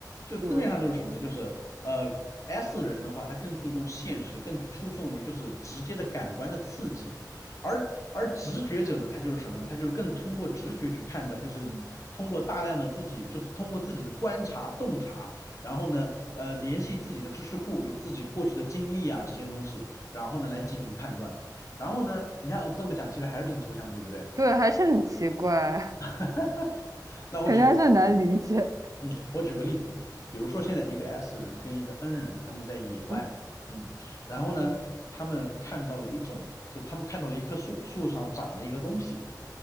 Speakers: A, on the left (about 45°); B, on the right (about 50°).
A: 就字面上就是什么呢？
B: 是，
A: 就是呃 S 人的话，他更注重现实，更注重于就是直接的感官的刺激，而而直觉者呢，他就是什么呢？他就是更通过直觉去判断，就是通过大量的自己，就是通过自己的观察洞察，然后呢，呃，联系自己的知识库，就自己过去的经历啊这些东西，然后呢来进行判断。然后呢，你看我这么讲，其实还是挺抽象的对不对？
B: 对，还是很奇怪，
A: <laughs>
B: <laughs>
A: 那我举，
B: 感觉还是很难理解。
A: 嗯，我举个例子，比如说现在一个 S 人跟一个 N 人，他们在野外，
B: 嗯
A: 嗯，然后呢，
B: 嗯，
A: 他们看到了一种，就他们看到了一棵树，树上长了一个东西，